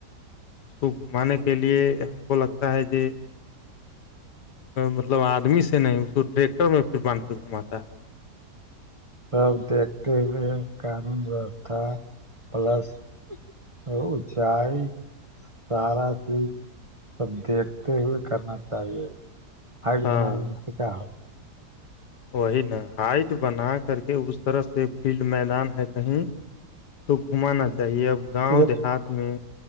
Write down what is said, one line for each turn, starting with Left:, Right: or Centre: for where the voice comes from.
Left: اس کو گھمانے کے لیے ہم کو لگتا ہے ج مطلب آدمی سے نہیں اس کو ٹریکٹر میں پھر باندھ کے گھماتا ہے
Right: سب دیکھتے ہوئے قانون ویوستھا پلس اونچائی سارا چیز سب دیکھتے ہوئے کرنا چاہیے کھٹ
Left: ہاں
Right: بنانے میں تو کیا ہو رہ ہے
Left: وہی نا ہائٹ بنا کر کے اس طرح سے فیلڈ میدان ہے کہیں تو گھمانا چاہیے اب <unintelligible>
Right: ایک
Left: دیہات میں